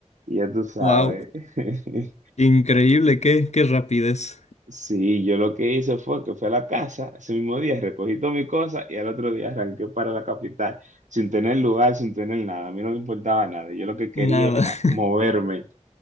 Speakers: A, on the right; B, on the left.
A: Y ya tú sabes.
B: Wow,
A: <laughs>
B: increíble, qué, qué rapidez.
A: Sí, yo lo que hice fue que fui a la casa ese mismo día, recogí todas mis cosas y al otro día arranqué para la capital, sin tener lugar, sin tener nada. A mí no me importaba nada. Yo lo que quería
B: Nada,
A: era
B: <laughs>
A: moverme.